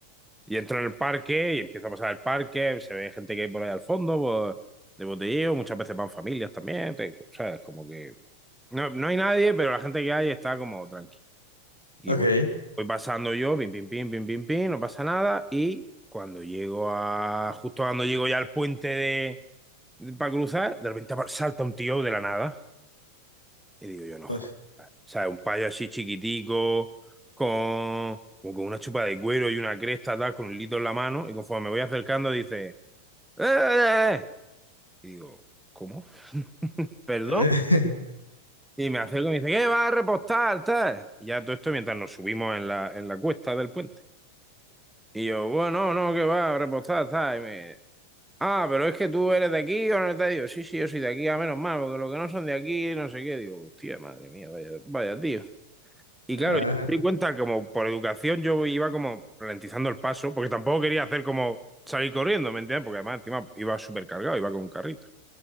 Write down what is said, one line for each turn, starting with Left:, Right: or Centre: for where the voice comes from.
Centre: Y entro en el parque y empiezo a pasar el parque, se ve gente que hay por ahí al fondo, pues, de botelleo, muchas veces van familias también, te- ¿sabes? Como que no, no hay nadie, pero la gente que hay está como tranqui. Y
Left: Ok.
Centre: voy, voy pasando yo, pim, pim, pim, pim, pim, pim, no pasa nada. Y cuando llego a, justo cuando llego ya al puente de, para cruzar, de repente apa- salta un tío de la nada. Y digo yo, no
Left: Uf.
Centre: jodas. O sea, un payo así chiquitico, con, como con una chupa de cuero y una cresta, tal, con un litro en la mano. Y conforme me voy acercando, dice, ¡Eh! eh, eh". Y digo, ¿cómo? <laughs> ¿Perdón?
Left: <laughs>
Centre: Y me acerco y me dice, ¿qué vas a repostar, tal? Y ya todo esto mientras nos subimos en la, en la cuesta del puente. Y yo, bueno, no, qué va a repostar, tal. Y me, ah, pero es que tú eres de aquí o no estás. digo sí, sí, yo soy de aquí, a menos mal, porque los que no son de aquí, no sé qué. Digo, hostia, madre mía, vaya, vaya tío. Y claro,
Left: Ajá,
Centre: yo me di cuenta como por educación yo iba como ralentizando el paso, porque tampoco quería hacer como salir corriendo, ¿me entiendes? Porque además encima iba súper cargado, iba con un carrito.